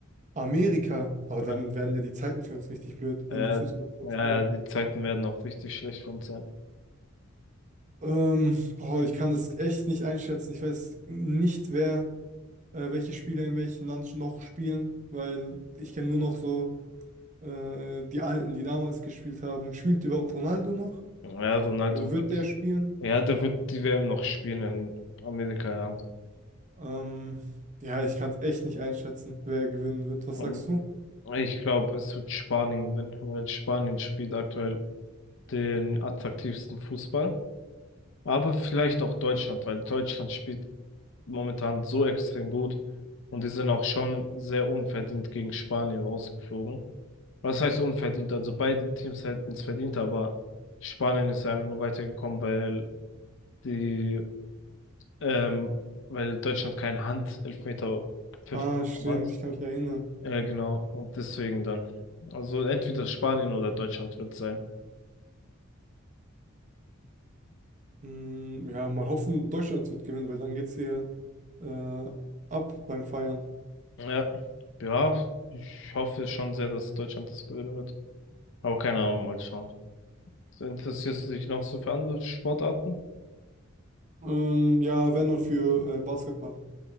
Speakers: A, on the right; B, on the left.
A: Amerika, aber
B: Ja,
A: dann werden ja die Zeiten für uns richtig blöd,
B: ja
A: wenn die Fußball
B: äh, ja,
A: spielen.
B: die Zeiten werden auch richtig schlecht für uns sein.
A: Ähm, boah, ich kann das echt nicht einschätzen. Ich weiß nicht, wer, äh, welche Spieler in welchem Land noch spielen, weil ich kenne nur noch so äh, die Alten, die damals gespielt haben. Spielt überhaupt Ronaldo noch?
B: Ja, Ronaldo
A: Also wird
B: wird,
A: der spielen?
B: ja, der wird die WM noch spielen in Amerika, ja.
A: Ähm, ja, ich kann es echt nicht einschätzen, wer gewinnen wird. Was
B: Ähm,
A: sagst du?
B: Ich glaube, es wird Spanien gewinnen, weil Spanien spielt aktuell den attraktivsten Fußball. Aber vielleicht auch Deutschland, weil Deutschland spielt momentan so extrem gut und die sind auch schon sehr unverdient gegen Spanien rausgeflogen. Was heißt unverdient? Also beide Teams hätten es verdient, aber Spanien ist einfach nur weitergekommen, weil die, ähm, weil Deutschland keinen Handelfmeter gepfiffen
A: Ah, stimmt,
B: hat.
A: ich kann mich erinnern.
B: Ja, genau. Und deswegen dann. Also entweder Spanien oder Deutschland wird sein.
A: Mm, Ja, mal hoffen, Deutschland wird gewinnen, weil dann geht's hier äh, ab beim Feiern.
B: Ja. Ja, ich hoffe schon sehr, dass Deutschland das gewinnen wird. Aber keine Ahnung, mal schauen. So, Interessierst du dich noch so für andere Sportarten?
A: Ähm, ja, wenn dann für äh, Basketball.